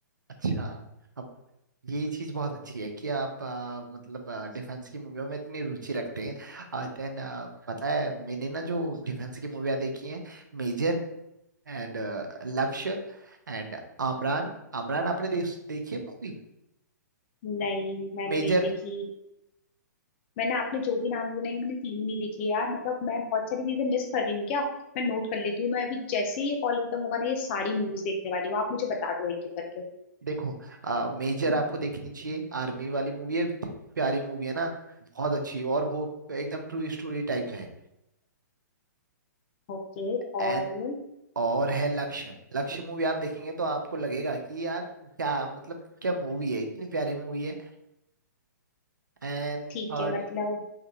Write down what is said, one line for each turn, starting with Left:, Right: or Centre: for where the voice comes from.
Right: अच्छा अब ये चीज बहुत अच्छी है कि आप अ, मतलब डिफेंस की मूवियों में इतनी रुचि रखते हैं देन पता है मैंने ना जो डिफेंस की मूवियाँ देखी हैं Major and Lakshya and Amaran Amaran आपने देख देखी है मूवी
Left: नहीं मैंने
Right: मेजर
Left: नहीं देखी मैंने आपने जो भी नाम लिया ना ये मैंने तीनों नहीं देखी है यार मतलब मैं बहुत सारी चीजें मिस कर रही हूँ क्या मैं नोट कर लेती हूँ मैं अभी जैसे ही ये कॉल खत्म होगा ना ये सारी मूवीज देखने वाली हूँ आप मुझे बता दो एक एक करके
Right: देखो अ, मेजर आपको देखनी चाहिए आर्मी वाली मूवी है इतनी प्यारी मूवी है ना बहुत अच्छी और वो एकदम ट्रू स्टोरी टाइप है
Left: ओके और
Right: एंड और है लक्ष्य लक्ष्य मूवी आप देखेंगे तो आपको लगेगा कि यार क्या मतलब क्या मूवी है इतनी प्यारी मूवी है एंड
Left: ठीक
Right: थर्ड
Left: है मतलब